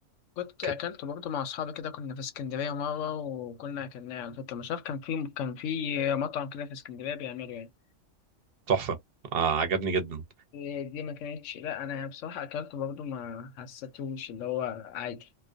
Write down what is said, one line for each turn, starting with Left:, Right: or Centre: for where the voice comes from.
Left: كنت
Right: ك-
Left: اكلته برضه مع اصحابي كده كنا في اسكندرية مرة وكنا اكلناه على فكرة مش عارف كان في كان في مطعم كده في اسكندرية بيعمله يعني
Right: تحفه آه عجبني جدا
Left: إيه دي ما كانتش لا انا بصراحة اكلته برضه ما حسيتوش اللي هو عادي